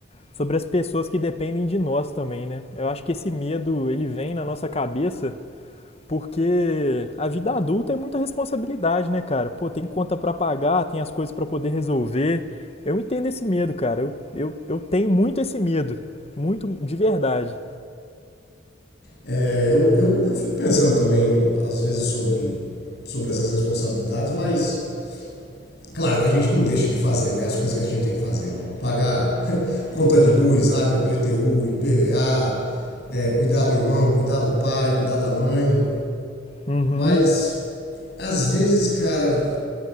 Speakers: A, on the left; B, on the left.
A: sobre as pessoas que dependem de nós também, né? Eu acho que esse medo, ele vem na nossa cabeça porque a vida adulta é muita responsabilidade, né, cara? Pô, tem conta pra pagar, tem as coisas pra poder resolver. Eu entendo esse medo, cara. Eu, eu, eu tenho muito esse medo. Muito de verdade.
B: É, eu, eu, eu fico pensando também, às vezes, sobre, sobre essas responsabilidades, mas Claro que a gente não deixa de fazer né, as coisas que a gente tem que fazer. Pagar <laughs> conta de luz, água, IPTU, IPVA, é, cuidar do irmão, cuidar do pai, cuidar da mãe.
A: Uhum.
B: Mas às vezes, cara,